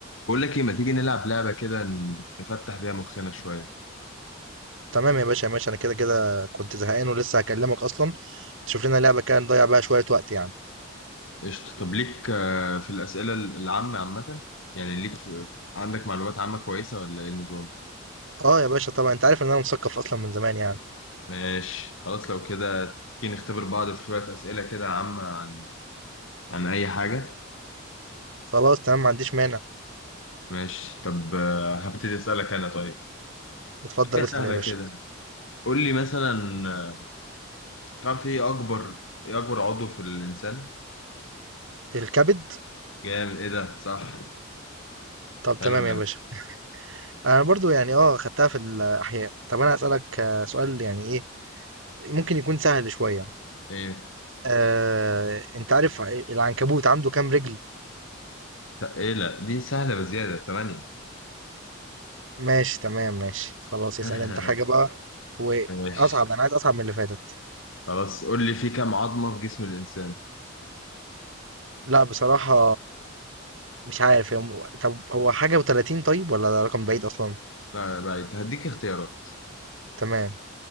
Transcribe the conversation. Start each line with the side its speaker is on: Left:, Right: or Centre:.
Left: بقول لك ايه ما تيجي نلعب لعبة كده نفتح بيها مخنا شوية
Right: تمام يا باشا ماشي انا كده كده كنت زهقان ولسه هكلمك اصلا تشوف لنا لعبه كده نضيع بقى شويه وقت يعني
Left: قشطة طب ليك آه، في الأسئلة العامة عامة يعني ليك في... عندك معلومات عامة كويسة ولا ايه النظام
Right: اه يا باشا طبعا انت عارف ان انا مثقف اصلا من زمان يعني
Left: ماشي خلاص لو كده تيجي نختبر بعض في شوية أسئلة كده عامة عن عن أي حاجة
Right: خلاص تمام ما عنديش مانع
Left: ماشي طب آه، هبتدي أسألك أنا طيب
Right: اتفضل
Left: حاجة سهلة
Right: اسال يا باشا
Left: كده قول لي مثلا آه، تعرف ايه أكبر ايه أكبر عضو في الإنسان
Right: الكبد
Left: جامد ايه ده صح
Right: طب
Left: حلو
Right: تمام
Left: منك
Right: يا باشا انا برضو يعني اه خدتها في الاحياء طب انا اسالك آه، سؤال يعني ايه ممكن يكون سهل شويه
Left: ايه
Right: آه، انت عارف ع- العنكبوت عنده كام رجل
Left: طب ايه لا دي سهلة بزيادة تمانية
Right: ماشي تمام ماشي خلاص
Left: <laughs>
Right: اسأل انت حاجة بقى
Left: ماشي
Right: واصعب انا عايز اصعب من اللي فاتت
Left: خلاص قول لي في كام عظمة في جسم الإنسان
Right: لا بصراحة مش عارف هي م- طب هو حاجة و30 طيب ولا ده رقم بعيد اصلا
Left: لا بعيد هديك اختيارات
Right: تمام